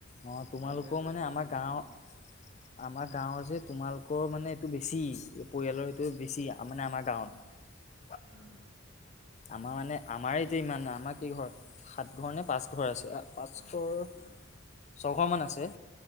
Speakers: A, on the left (about 35°); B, on the right (about 20°).
A: অ, তোমালোকেও
B: বাঢ়ি বাঢ়ি গৈ
A: মানে
B: আছে নহয়
A: আমাৰ
B: দিনক
A: গাওঁ
B: দিনে
A: আমাৰ গাৱৰ যে তোমালোকৰ মানে এইটো বেছি পৰিয়ালৰ সেটো বেছি। তাৰ মানে আমাৰ গাঁৱত
B: আহ
A: আমাৰ মানে আমাৰে এতিয়া ইমান নাই আমাৰ কি ঘৰ সাত ঘৰ নে পাঁচ ঘৰ আছে পাঁচঘৰ
B: অ
A: <unintelligible>
B: অ
A: ছঘৰ মান আছে